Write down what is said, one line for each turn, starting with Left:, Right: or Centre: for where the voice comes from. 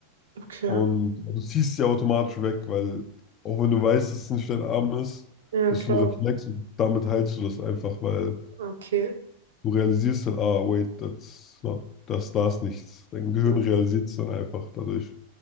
Right: Okay.
Left: Und du ziehst sie automatisch weg, weil auch wenn du weißt, dass es nicht dein Arm ist,
Right: Ja,
Left: das
Right: klar.
Left: ist so ein Reflex und damit heilst du das einfach, weil
Right: Okay.
Left: du realisierst dann, ah, wait, that's not, das, da ist nichts. Dein Gehirn
Right: Ja.
Left: realisiert es dann einfach dadurch.